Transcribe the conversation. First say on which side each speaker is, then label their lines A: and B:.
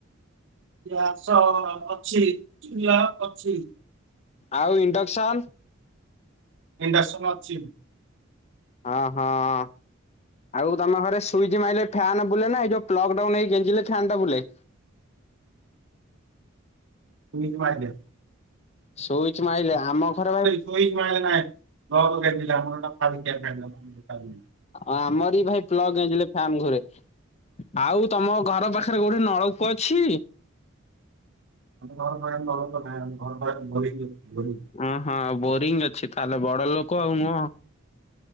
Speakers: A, on the right (about 60°); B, on the left (about 30°).
A: ଗ୍ୟାସ ଅଛି ଚୁଲା ଅଛି।
B: ଆଉ ଇଣ୍ଡକ୍ସନ
A: ଇନଡକ୍ସନ ଅଛି।
B: ହଁ ହଁ। ଆଉ ତମେ ଘରେ ସୁଇଚ୍ ମାଇଲେ ଫ୍ୟାନ୍ ବୁଲେ ନା ଏ ଯଉ ପ୍ଲଡ ନେଇ ଗେଞ୍ଚିଲେ ଫ୍ୟାନ ଟା ବୁଲେ?
A: ସ୍ୱିଜ୍ ମାଇଲେ।
B: ସୁଇଚ ମାଇଲେ ଆମ ଘରେ ଭାଇ
A: ସ୍ୱିଚ ମାରିଲେ ନାହିଁ ପ୍ଲକ ଗେଞ୍ଜିଲେ ଆମ ଘର ଫାଳିକିଆ ଫ୍ୟାନ ଚାଲୁନି।
B: ଆମର ବି ଭାଇ ପ୍ଲଗ ଗେଂଜିଲେ ଫ୍ୟାନ ଘୂରେ। ଆଉ ତମ ଘର ପାଖରେ କୋଉଠି ନଳକୂଅ ଅଛି?
A: ଆମ ଘର ପାଖରେ ନଳକୂପ ନାହିଁ ଘର ପାଖରେ ବୋରିଂ ଅ ବୋରିଂ
B: ଓ ହଁ ବୋରିଂ ଅଛି ତାହେଲେ ବଡ଼ ଲୋକ ଆଉ ନୁହଁ।